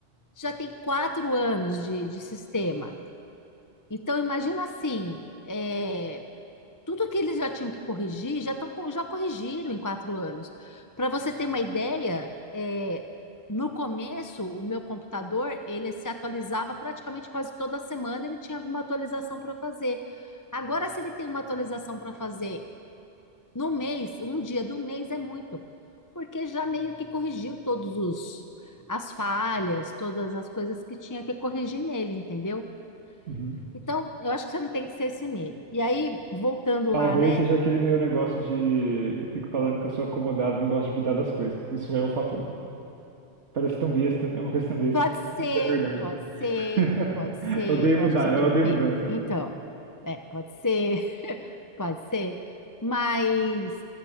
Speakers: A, on the left; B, on the right.
A: Já tem quatro anos de, de sistema. Então, imagina assim, é, tudo que eles já tinham que corrigir, já, tão, co- já corrigiram em quatro anos. Para você ter uma ideia, é, no começo, o meu computador, ele se atualizava praticamente quase toda semana, ele tinha alguma atualização para fazer. Agora, se ele tem uma atualização para fazer no mês, um dia do mês é muito, porque já meio que corrigiu todos os as falhas, todas as coisas que tinha que corrigir nele, entendeu?
B: Uhum.
A: Então, eu acho que você não tem que ser esse medo. E aí, voltando lá,
B: Talvez
A: né?
B: seja aquele meu negócio de que eu fico falando que eu sou acomodado, não gosto de mudar das coisas. Isso é um fator. Parece tão besta, é uma coisa tão besta.
A: Pode ser,
B: Mas é verdade.
A: pode
B: <laughs>
A: ser, pode ser.
B: Eu odeio
A: Eu
B: mudar,
A: acho que você tem
B: eu
A: que
B: odeio
A: pensar.
B: mudança.
A: Então, é, pode ser, <laughs> pode ser. Mas,